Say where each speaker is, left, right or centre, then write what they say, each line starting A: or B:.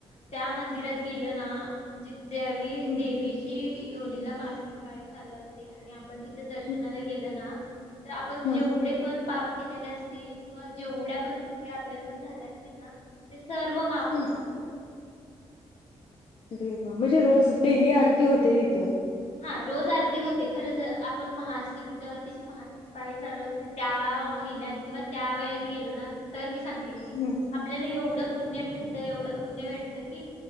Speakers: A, on the left (about 70°); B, on the left (about 50°).
A: त्या मंदिरात गेलं ना म्हणजे ज्यावेळी
B: हम्म
A: देवीची योनीला मासिक पाळी चालू असते आणि आपण तिथ दर्शनाला
B: हम्म
A: गेल ना तर आपण जेवढे
B: हा
A: पण पाप केलेले असतील किंवा जेवढ्या पण चुक्या आपल्याकडून झाल्या असतील ना ते सर्व माफ
B: हम्म
A: होतं.
B: देवा म्हणजे रोज डेली आरती
A: म्हणजे
B: होते तिथं
A: हा रोज आरती होते खरंच आपण मासिक जेव्हा तिची मासि पाळी चालू असते त्या महिन्यात किवा त्या वेळेत गेलो ना तर मी सांगते की
B: हम्म
A: आप आपल्याला एवढं पुण्य भेटत एवढं पुण्य भेटतं की